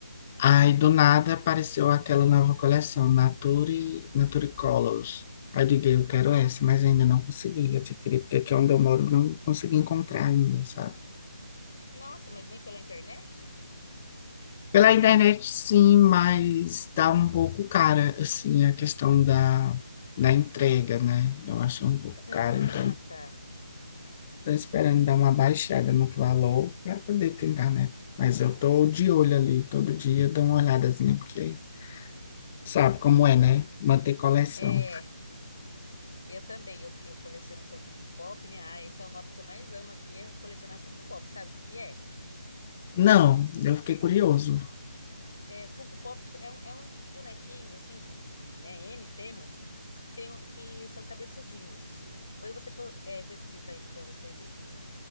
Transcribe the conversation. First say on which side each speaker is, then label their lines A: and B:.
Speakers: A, on the left (about 25°); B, on the left (about 50°).
A: Aí do nada apareceu aquela nova coleção, Nature, Nature Colors. Aí eu digo, eu quero essa, mas ainda não consegui adquirir, porque aqui onde eu moro não consegui encontrar ainda, sabe?
B: Nossa, mas nem pela internet?
A: Pela internet, sim, mas tá um pouco cara, assim, a questão da, da entrega, né? Eu acho um pouco
B: Ah,
A: cara, então
B: tá.
A: Tô esperando dar uma baixada no valor para poder tentar, né? Mas eu tô de olho ali, todo dia eu dou uma olhadazinha, porque sabe como é, né? Manter coleção.
B: É, eu também. Eu, eu coleciono Funko Pop, né? Ah, esse é o hobby que eu mais amo aqui, é colecionar Funko Pop. Sabe o que que é?
A: Não, eu fiquei curioso.
B: É, Funko Pop é, um- é uns bonequinhos, assim, de, de, né, N temas, que, tem, um- que são cabeçudinhos. Depois você pô- é, pesquisa aí pra você ver.